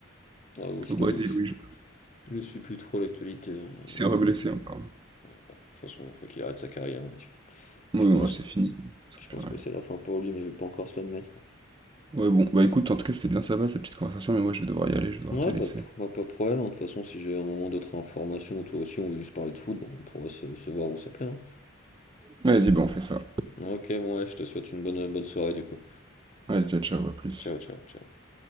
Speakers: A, on the left; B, on the right.
A: Ah oui, je
B: au
A: t'avoue,
B: Brésil, oui, il joue.
A: je suis plus trop l'actualité euh,
B: Il s'est reblessé
A: de De
B: encore.
A: toute façon, il faut qu'il arrête sa carrière. hein.
B: Ouais,
A: Je
B: ouais,
A: pense,
B: c'est fini. Ça
A: je
B: sert plus
A: pense
B: à
A: que
B: rien.
A: c'est la fin pour lui, mais il veut pas encore se l'admettre.
B: Ouais, bon, bah écoute, en tout cas, c'était bien sympa cette petite conversation, mais moi je vais devoir y aller, je vais devoir
A: Ouais,
B: te laisser.
A: pas de, pro- pas de problème, hein. De toute façon, si j'ai un moment d'autres informations, ou toi aussi, on veut juste parler de foot, bon, on pourra se, se voir ou s'appeler. Hein.
B: Vas-y, bah on fait ça.
A: Ok, bon, ouais, je te souhaite une bonne, bonne soirée du coup.
B: Allez, ciao, ciao, à plus.
A: Ciao, ciao, ciao.